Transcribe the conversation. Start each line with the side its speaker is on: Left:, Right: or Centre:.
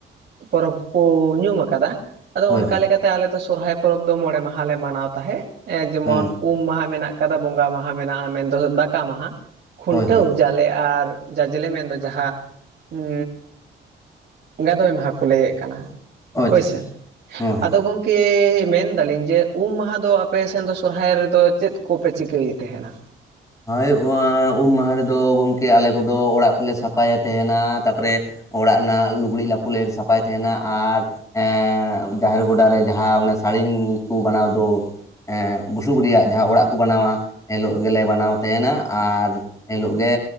Right: ᱯᱚᱨᱚᱵᱽ ᱠᱩ ᱧᱩᱢ ᱟᱠᱟᱫᱟ ᱟᱫᱚ
Left: ᱦᱳᱭ
Right: ᱚᱱᱠᱟ
Left: ᱦᱳᱭ
Right: ᱞᱮᱠᱟᱛᱮ ᱟᱞᱮ ᱫᱚ ᱥᱚᱨᱦᱟᱭ ᱯᱚᱨᱚᱵᱽ ᱫᱚ ᱢᱚᱬᱮ ᱢᱟᱦᱟᱞ ᱞᱮ ᱢᱟᱱᱟᱣ ᱛᱟᱦᱮᱸᱫ ᱡᱮᱢᱚᱱ
Left: ᱦᱮᱸ
Right: ᱩᱢ ᱢᱟᱦᱟ ᱢᱮᱱᱟᱜ ᱠᱟᱫᱟ ᱵᱚᱸᱜᱟ ᱢᱟᱦᱟ ᱢᱮᱱᱟᱜᱼᱟ ᱢᱮᱱᱫᱚ ᱫᱟᱠᱟ ᱢᱟᱦᱟ ᱠᱷᱩᱱᱴᱟᱹᱣ
Left: ᱦᱳᱭ ᱦᱳᱭ
Right: ᱡᱟᱞᱮ ᱟᱨ ᱡᱟᱡᱞᱮ ᱢᱮᱱᱫᱚ ᱡᱟᱦᱟᱸ ᱩᱸ ᱜᱟᱫᱳᱭ ᱢᱟᱦᱟ ᱠᱚ ᱞᱟᱹᱭᱮᱫ ᱠᱟᱱᱟ
Left: ᱚ ᱟᱪᱪᱷᱟ
Right: ᱦᱳᱭ
Left: ᱟᱪᱪᱷᱟ
Right: ᱥᱮ᱾
Left: ᱦᱳᱭ ᱦᱳᱭ
Right: ᱜᱚᱢᱠᱮ ᱢᱮᱱᱫᱟᱞᱤᱧ ᱡᱮ ᱩᱢ ᱢᱟᱦᱟ ᱫᱚ ᱟᱯᱮ ᱥᱮᱱ ᱫᱚ ᱥᱚᱨᱟᱭ ᱨᱮᱫᱚ ᱪᱮᱫ ᱠᱚᱯᱮ ᱪᱤᱠᱟᱹᱭᱮᱫ ᱛᱟᱦᱮᱸᱱᱟ?
Left: ᱦᱳᱭ ᱩᱢ ᱢᱟᱦᱟ ᱨᱮᱫᱚ ᱜᱚᱢᱠᱮ ᱟᱞᱮ ᱠᱚᱫᱚ ᱚᱲᱟᱜ ᱠᱚᱞᱮ ᱥᱟᱯᱷᱟᱭᱮᱫ ᱛᱟᱦᱮᱸᱱᱟ, ᱛᱟᱨᱯᱚᱨᱮ ᱚᱲᱟᱜ ᱨᱮᱱᱟᱜ ᱞᱩᱜᱽᱲᱤᱡ ᱞᱟᱯᱚ ᱞᱮ ᱥᱟᱯᱷᱟᱭ ᱛᱟᱦᱮᱸᱱᱟ, ᱟᱨ ᱮᱸᱻ ᱡᱟᱦᱮᱨ ᱜᱚᱰᱟ ᱨᱮ ᱡᱟᱦᱟᱸ ᱚᱱᱟ ᱥᱟᱹᱲᱤᱢ ᱠᱩ ᱵᱟᱱᱟᱣ ᱫᱚ ᱵᱩᱥᱩᱵ ᱨᱮᱭᱟᱜ ᱡᱟᱦᱟᱸ ᱚᱲᱟᱜ ᱠᱚ ᱵᱮᱱᱟᱣᱟ, ᱮᱱᱤᱞᱳᱜ ᱜᱮᱞᱮ ᱵᱮᱱᱟᱣ ᱛᱟᱦᱮᱸᱱᱟ ᱟᱨ ᱮᱱᱤᱞᱳᱜ ᱜᱮ